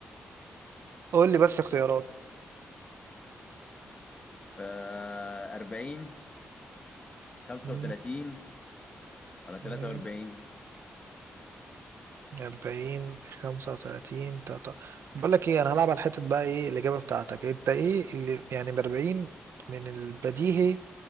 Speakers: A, on the right (about 80°); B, on the left (about 25°).
A: قول لي بس اختيارات
B: ف 40 35
A: مم،
B: ولا 43
A: مم، 40 35 تلاتة- بقول لك ايه انا هلعب على حته بقى ايه الاجابه بتاعتك انت ايه اللي يعني ب 40 من البديهي